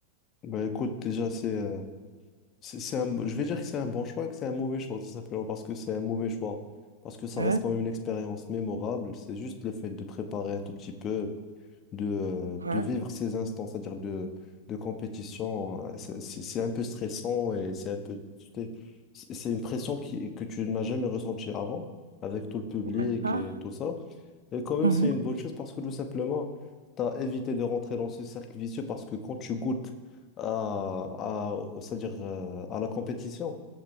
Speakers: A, on the left; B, on the right.
A: Bah, écoute, déjà, c'est euh, c'est c'est un, je vais dire que c'est un bon choix et que c'est un mauvais choix, tout simplement parce que c'est un mauvais choix. Parce que ça
B: Ouais,
A: reste quand même une expérience mémorable. C'est juste le fait de préparer un tout petit peu. de, euh,
B: ouais,
A: de vivre ces instants, c'est-à-dire de, de compétition. euh, C'est c'est- c'est un peu stressant et c'est un peu, tu sais, c'est c'est une pression qui, que tu n'as jamais ressentie avant, avec tout le public
B: ouais. Ah,
A: et tout ça. Et quand même,
B: mhm,
A: c'est une bonne chose parce que tout simplement, tu as évité de rentrer dans ce cercle vicieux parce que quand tu goûtes à, à, au- c'est-à-dire, euh, à la compétition,